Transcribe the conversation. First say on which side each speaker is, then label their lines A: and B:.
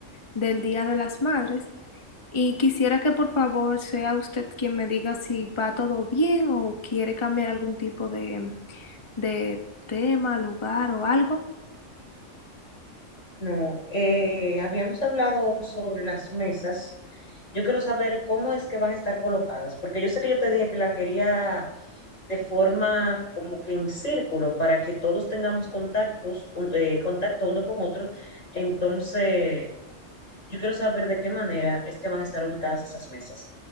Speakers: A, on the left (about 25°); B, on the left (about 85°).
A: del Día de las Madres y quisiera que por favor sea usted quien me diga si va todo bien o quiere cambiar algún tipo de, de tema, lugar o algo.
B: No, eh, habíamos hablado sobre las mesas. Yo quiero saber cómo es que van a estar colocadas, porque yo sé que yo te dije que la quería de forma como que en círculo, para que todos tengamos contactos, un- eh, contacto uno con otro. Entonces, yo quiero saber de qué manera es que van a estar ubicadas esas mesas.